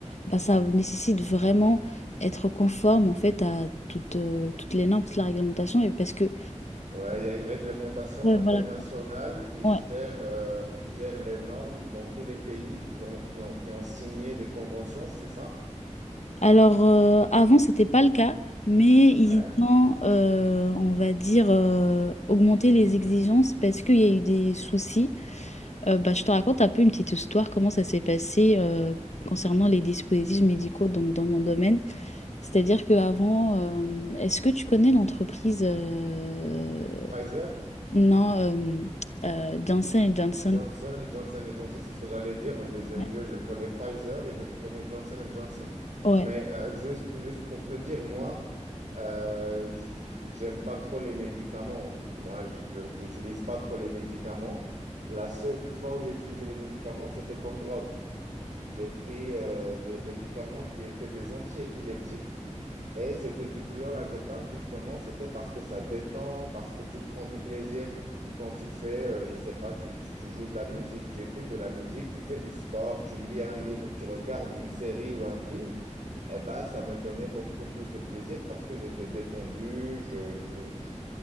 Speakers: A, on the left (about 65°); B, on the right (about 80°).
A: bah, ça nécessite vraiment être conforme en fait à toutes, euh, toutes les normes, toute la réglementation, et parce que
B: Ouais, il y a une réglementation
A: Ouais,
B: internationale
A: voilà.
B: qui
A: Ouais.
B: gère, euh, qui gère les normes dans tous les pays qui ont, qui ont, qui ont signé des conventions, c'est ça?
A: Alors, euh, avant, c'était pas le cas, mais ils
B: Ouais.
A: ont, euh, on va dire, euh, augmenté les exigences parce qu'il y a eu des soucis. Euh, bah, je te raconte un peu une petite histoire, comment ça s'est passé euh, concernant les dispositifs médicaux donc, dans mon domaine. C'est-à-dire qu'avant, euh, est-ce que tu connais l'entreprise euh,
B: Pfizer,
A: non, euh, euh, Johnson Johnson?
B: Johnson, Johnson Johnson, c'est ce que j'allais dire en deuxième
A: Ouais.
B: lieu. Je connais Pfizer et je connais Johnson Johnson.
A: Ouais.
B: Mais euh, juste, juste pour te dire, moi, euh, j- j'aime pas trop les médicaments. Moi, je j'utilise pas trop les médicaments. La seule fois où j'ai utilisé les médicaments, c'était comme drogue. J'ai pris euh, des médicaments qui étaient des antiépileptiques et c'était du clonazepam justement. C'était parce que ça détend, parce que tu prends du plaisir quand tu fais, euh, je sais pas, tu, tu, tu joues de la musique, tu écoutes de la musique, tu fais du sport, tu lis un livre, tu regardes une série ou un film. Eh ben, ça me donnait beaucoup plus de plaisir parce que j'étais détendu, je, je, je-